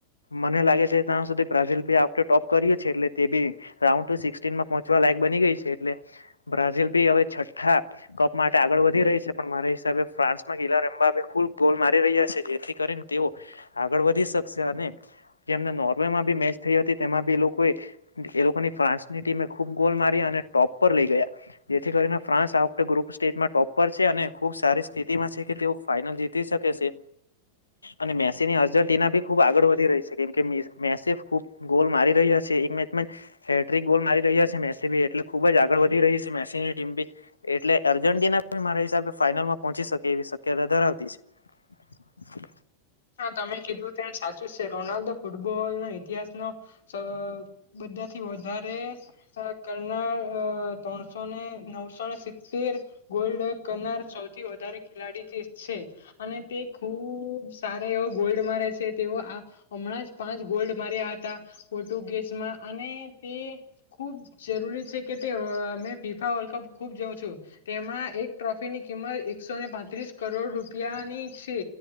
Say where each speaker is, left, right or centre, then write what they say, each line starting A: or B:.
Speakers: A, on the left (about 80°); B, on the left (about 60°).
A: મને લાગે છે, ત્યાં સુધી બ્રાઝીલ ભી આ વખતે ટોપ કર્યું છે, એટલે તે બી રાઉન ટુ સિક્સટીનમા પહોંચવા લાગ બની ગઈ છે, એટલે બ્રાઝિલ ભી હવે છઠ્ઠા કપ માટે આગળ વધ ધી રહી છે, પણ મારા હિસાબે ફ્રાન્સમાં ગીલા રમબાબે ખુબ ગોલ મારી રહ્યા છે, જેથી કરીને તેઓ આગળ આગળ વધી શકશે, અને જેમને નોર્વેમાં બી મેચ થઈ, હતી તેમાં બી એ લોકોને એ લોકોની ફ્રા ફ્રાન્સની ટીમે ખૂબ ગોલ, માર્યા અને ટોપ પર લઈ ગયા, જેથી કરીને ફ્રાસ આ વખતે ગ્રુપ સ્ટેજમાં ટોપ ઉપર છે, અને ખુબ સારી સ્થિતિમાં છે, કે તેઓ ફાાઈનલ જીતી શકે છે. અને મેસીની અર્જન્ટિના ભી ખુબ આગળ વધી રહી છે, કેમ કે મેસી ખુબ ગોલ મારી રહ્યા છે. છે, એક મેચમા જ હે ગોલ મારી રહ્યા છે, મેસી બી એટલે ખુબ જ આગળ વધી રહી છે, મેસીની ટીમ બી એટલે અર્જેન્ટિના મારા હિસાબે ફાઈનલમા પહોંચી શકે એવી શક્યતા ધરાવતી છે.
B: હા, તમે કીધું તો એમ સાચું છે, રોનાલ્ડો ફૂટબોલનો ઇતિહાસનો સા બધા થી, વધારે કરનાર ત્રણસોને નવસો સિત્તેર, ગોલ્ડ કરનાર સૌથી વધારે ખેલાડી જે છે, અને તે ખુબ તારે એવો ગોલ્ડ મારે છે, તેવ આ હમણાં જ પાંચ ગોલ્ડ મારીયા હતા, ફટુગેજમાં અને તે ખુબ જરૂરી છે, કે તે રોલ મેં ફીફા વર્લ્ડ કપ ખુબ જોઉ છું તેમાં એક ટ્રોફીની કિંમત એકસોને પાંત્રીસ કરોડ રૂપિયાની છે